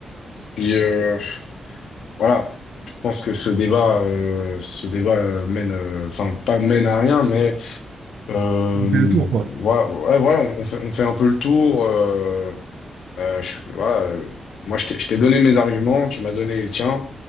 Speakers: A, on the left; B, on the right.
A: puis, euh, voilà, je pense que ce débat, euh, ce débat euh, mène, euh, enfin pas mène à rien, mais euh,
B: On fait le tour, quoi.
A: voilà, ouais, voilà, on, on fait, on fait un peu le tour. euh, Euh, je- voilà, euh, moi, je t'ai je t'ai donné mes arguments, tu m'as donné les tiens.